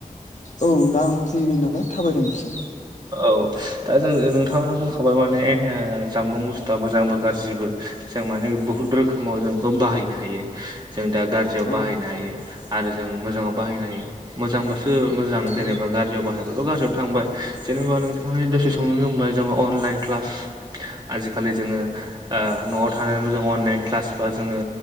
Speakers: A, on the left; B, on the right.
A: औ दा आं फुंनि नालाय थाबायदों एसे
B: औ दा जों नोंथाङानो बुंखाबाय माने ओ जामबुं बुस्थुआ मोजांबो गाज्रिबो जों माने बुहुत
A: औ
B: रोखोमाव जोंखौ बाहायनो हायो जों दा गाज्रियाव
A: औ
B: बाहायनो हायो आरो जों मोजाङाव बाहायनो हायो मोजांबासो मोजां
A: औ
B: जेनेबा गार गाज्रियाव बाहायबथ' गाज्रि थांबाय जेनेबा नोंथाङा दसे
A: औ
B: समावनो बुंबाय जे अनलाइ क्लास आजिखालि जोङो न'आव थानानैबो जों अनलाइन क्लास बा जोङो